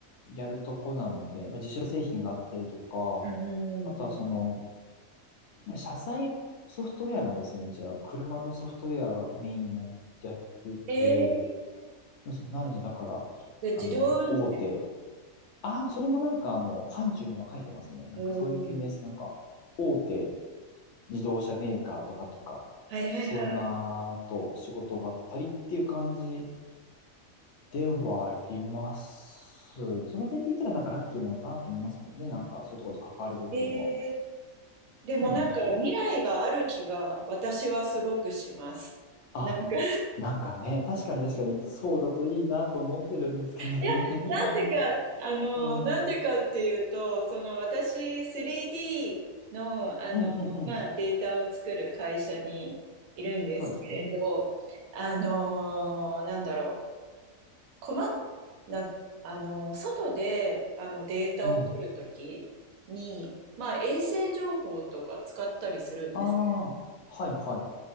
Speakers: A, on the left (about 65°); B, on the right (about 75°).
A: やるとこなので、まあ、自社製品があったりとか、
B: うんうんうん。
A: あとはその、車載ソフトウェアなんですよね。うちは車のソフトウェアがメインなやってて、
B: えー、
A: そうなのでだから、
B: で自動運転。
A: あの、大手、ああ、それもなんかあの、範疇には入ってますね。なんかそういう系です。
B: おー
A: なんか、大手自動車メーカーとかとか、
B: はいはいは
A: そんなと仕事があったりっていう感じではあります。その点で言ったらなんかラッキーなのかなと思いますけどね。なんかそういうとこと関われるっていうのは。
B: い。えー、でもなんか未来がある気が私はすごくします。
A: そうなんですよ。あ、
B: なんか
A: なんかね、確かに確かにそうだといいなと思ってるんですけどね。
B: いや、
A: <laughs> 今なんか、
B: なんでか、あの、
A: うん、
B: なんでかっていうと、
A: うん
B: その私、3D の、あの、
A: うんうん。
B: まあ、データを作る会社にいるんですけれど、
A: そうですよね。
B: あの、なんだろう、細かな、あの、外で、あの、データを取るときに、
A: うん。
B: まあ、衛星情報とか使ったりするんです
A: ああ、はいはい。